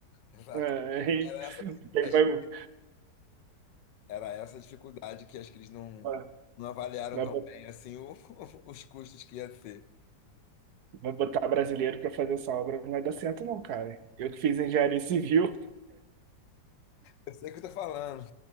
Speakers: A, on the left (about 80°); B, on the right (about 65°).
A: Exato.
B: é, <laughs> aí-
A: Era essa,
B: aí
A: acho
B: vai,
A: que era essa a dificuldade que acho que eles não,
B: vai,
A: não avaliaram
B: vai
A: tão
B: bot-
A: bem assim o- <laughs> os custos que ia ser.
B: vai botar brasileiro pra fazer essa obra, não vai dar certo, não, cara. Eu que fiz engenharia civil,
A: Eu sei o que eu tô falando.